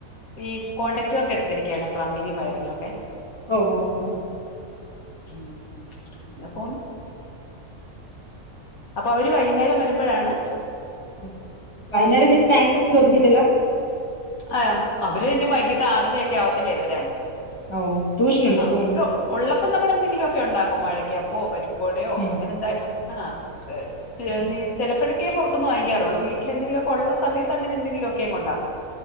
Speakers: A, on the left (about 70°); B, on the left (about 20°).
A: ഈ കോൺടാക്ട് വർക്ക് എടുത്തിരിക്കയാണ് പ്ലംബിങ്ങും വയറിങ്ങും ഒക്കെ
B: ഓഹ് ഓഹ് ഓഹ്
A: ങ്ങായി അങ്ങനെ പോന്ന് അപ്പൊ അവര് വൈകുന്നേരം വരുമ്പഴാണ്
B: ഉം വൈന്നാരം എന്തേ സ്നാക്സ് ഒന്നും ചോദിക്കത്തില്ല
A: <unintelligible> അവര് എന്നും വൈകിട്ട് ആറര ഒക്കെ ആവത്തില്ലേ വരാൻ
B: ഓ ട്യൂഷൻ ഉണ്ടല്ലേ
A: ആ ഓരോ ഉള്ളപ്പം നമ്മളെന്തെങ്കിലൊക്കെ ഉണ്ടാക്കും. മഴക്കപ്പോ പരിപ്പ് വടയോ
B: ഉം
A: അങ്ങനെ എന്താ
B: ഉം
A: ആ ച
B: ഉം
A: നീ ചെലപ്പഴെക്കേ പൊറത്ത്ന്ന് വാങ്ങിക്കാറൊള്ളു. വീട്ടിലെന്തെങ്കിലു ഒക്കെ ഒള്ള സമയത്ത് അങ്ങനെ എന്തെങ്കിലൊക്കെ അങ് ഇണ്ടാക്കും.